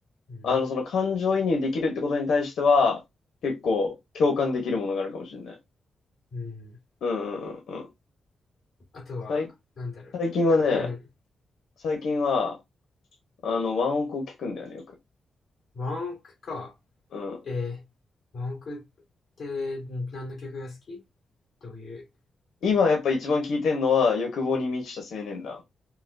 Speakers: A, on the left; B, on the left.
A: うん。
B: あの、その感情移入できるってことに対しては、結構共感できるものがあるかもしれない。
A: うん。
B: うんうんうんうん。
A: あとは、
B: 最、
A: なんだろう。
B: 最近はね、
A: うんうん。
B: 最近は、あの、ワンオクを聞くんだよね、よく。
A: ワンオクか。
B: うん。
A: えー、文句って何の曲が好きどういう
B: 今やっぱ一番聞いてんのは、欲望に満ちた青年団。